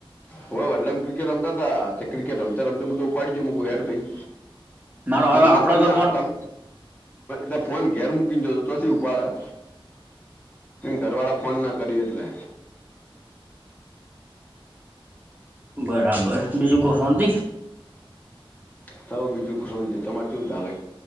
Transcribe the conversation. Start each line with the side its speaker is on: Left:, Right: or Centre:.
Left: હ, વડલેમ ક્રિકેટ રમતા તા ક્રિકેટ રમતા-રમતા તો ઉપાડીક હેડ ભાઈ.
Right: મારો
Left: બન
Right: હારો આપડો
Left: તમે
Right: તો ફોન
Left: ત તો ફોન ઘેર મૂકીને, જ તોથી ઉપાડા. ઘરવાળા ફોન ના કરી એટલે
Right: બરાબર, બીજું કો શોંત.
Left: હ બીજું કશું નથી, તમારે શું ચાલે?